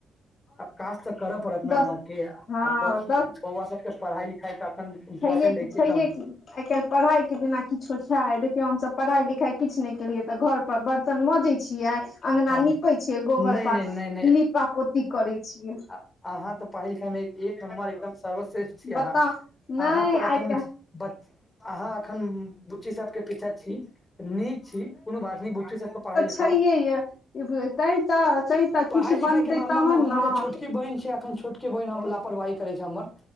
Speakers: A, on the left; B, on the left.
A: आब काज तऽ करऽ पड़त न
B: दस
A: अहुके,
B: हँ
A: आ बौआ सबके। पढ़ाई -लिखाई त अखन। इम्पोर्टेंट
B: छैैये की,
A: अछि
B: छैैये
A: एकदम
B: की। आइ-काल्हि पढ़ाई के बिना किछो छैय, देखियौ हमसब पढ़ाई -लिखाई किछ नै केलियै तऽ घर पर बर्तन मजैय छी। किया अंगना
A: हँ
B: नीपे छियै, गोबर
A: नहि
B: प
A: नहि नहि
B: नीपा-पोती करैय छियै।
A: अहा तऽ पढ़ाई-लिखाई में एक नम्बर एकदम सर्वश्रेष्ठ छी अहाँ,
B: बताउ
A: अहाँ
B: नहि
A: पर एखन।
B: आइ काल्हि
A: बच अहाँ एखन बुच्ची सबके पीछा छी। नीक छी, कोनो बात नै बुच्ची सबके पढ़ाई-लिखा।
B: छये य तैय तऽ, तैय तऽ
A: पढ़ाइ
B: किछ
A: लिखाइके
B: बनतैय
A: मामलामे
B: तहन
A: हमर
B: न।
A: जे छोटकी बहिन छैय, अखन छोटकी बहिन हमर लापरवाही करेय छैय हमर।